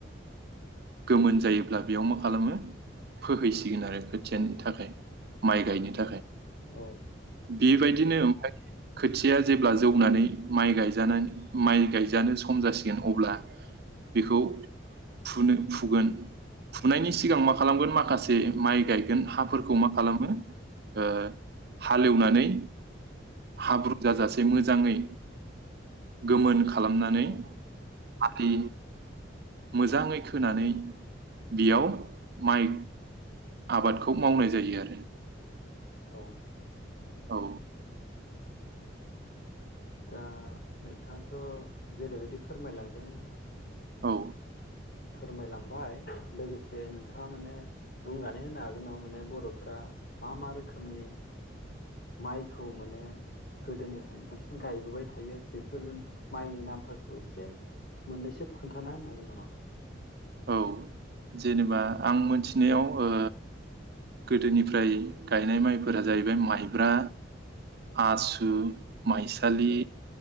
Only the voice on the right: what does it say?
गोमोन जायोब्ला बेयाव मा खालामो फोहैसिगोन आरो खोथियानि थाखाय माइ गायनो थाखाय
बेबायदिनो ओमफ्राय खोथिया जेब्ला जौनानै माइ गायजानानै माइ गायजानो सम जासिग गोन अब्ला बेखौ फुनो फुगोन फुनायनि सिगां मा खालामगोन माखासे माइ गायगोन हाफोरखो मा खालामो ओ हाल एवनानै हाब्रु जाजासे मोजांङै गोमोन खा खालामनानै
आदि मोजाङै खोनानै बियाव माइ आबादखौ मावनाय
जायो आरो।
औ।
औ।
औ जेनेबा आं मोनथिनायाव ओ गोदोनिफ्राय गायनाय माइफोरा जाहैबाय माइब्रा आसु माइसालि